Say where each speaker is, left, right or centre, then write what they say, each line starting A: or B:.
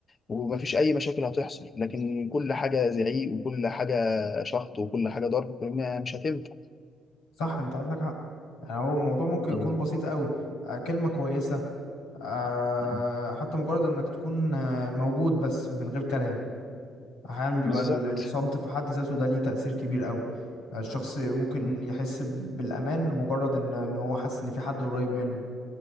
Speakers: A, on the left (about 40°); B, on the left (about 85°).
A: ومفيش اي مشاكل هتحصل لكن كل حاجه زعيق وكل حاجه شخط وكل حاجه ضرب ما- مش هتنفع
B: صح انت عندك حق يعني هو الموضوع ممكن
A: مم.
B: يكون بسيط قوي آه، كلمة كويسة آه،
A: مم.
B: حتى مجرد انك تكون آه، موجود بس من غير كلام احيانا بيبقى
A: بالظبط
B: ال- الصمت في حد ذاته ده ليه تأثير كبير قوي آه، الشخص ممكن
A: مم.
B: يحس ب- بالأمان لمجرد ان ان هو حاسس ان في حد قريب منه